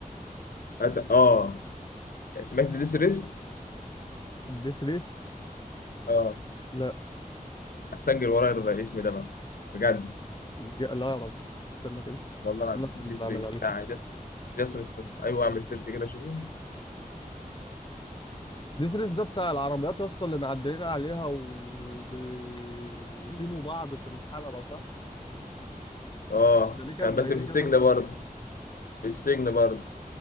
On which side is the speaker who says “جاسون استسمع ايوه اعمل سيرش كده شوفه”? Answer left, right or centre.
Left